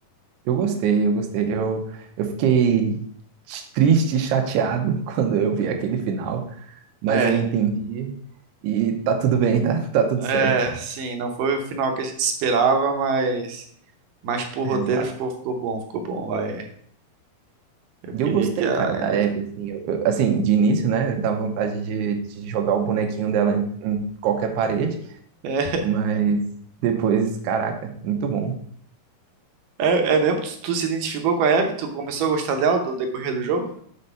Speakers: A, on the right; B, on the right.
A: Eu gostei, eu gostei. Eu, eu fiquei triste, e chateado <laughs> quando eu vi aquele final, mas
B: É.
A: eu entendi e tá tudo bem, tá, tá tudo
B: É,
A: certo.
B: sim, não foi o final que a gente esperava, mas, mas pro roteiro
A: <laughs> Exato.
B: ficou, ficou bom, ficou bom, vai. Eu
A: E
B: queria
A: eu gostei,
B: que a...
A: cara, da
B: Ellie-
A: Abby, assim, eu- eu- assim, de início, né, dá vontade de, de jogar o bonequinho dela em, em qualquer parede,
B: <laughs>
A: mas depois, caraca, muito bom.
B: É, é, é mesmo? Tu, tu se identificou com a Abby? Tu começou a gostar dela do decorrer do jogo?